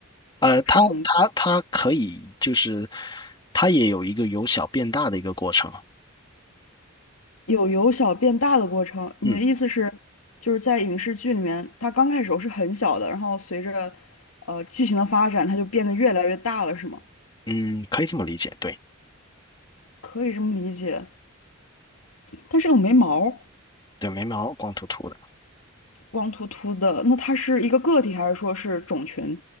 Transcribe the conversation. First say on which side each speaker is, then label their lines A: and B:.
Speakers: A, on the left; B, on the left.
A: 呃，它它它可以就是，
B: 是恒？
A: 它也有一个由小变大的一个过程。
B: 有由小变大的过程。你的意思是，
A: 嗯
B: 就是在影视剧里面，它刚开始时候是很小的，然后随着呃剧情的发展，它就变得越来越大了，是吗？
A: 嗯，可以这么理解，对
B: 可以这么理解。但是有没毛，
A: 对，眉毛，光秃秃的。
B: 光秃秃的，那它是一个个体，还是说是种群？